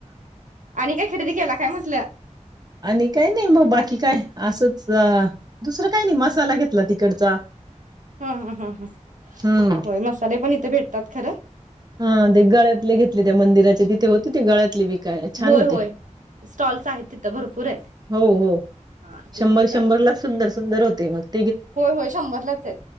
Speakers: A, on the right; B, on the right.
A: आणि काय खरेदी केला काय म्हटलं
B: आणि काही नाही मग बाकी काय असंच आ दुसरं काही नाही, मसाला घेतला तिकडचा.
A: हा, हा, हा, हा,
B: हम्म
A: होय मसाले पण येतं ते भेटतात खरं?
B: हा, ते गळ्यातले घेतले, त्या मंदिराच्या तिथ ती होती ती गळ्यात किव्ही काय छान
A: होय
B: होते.
A: होय स्टॉल्स आहेत तिथं भरपूर आहेत
B: हो हो
A: हा ठीक
B: शंभर,
A: आहे चालते
B: शंभरला सुंदर, सुंदर होते. <unintelligible>
A: होय, होय शंभरलाच आहे.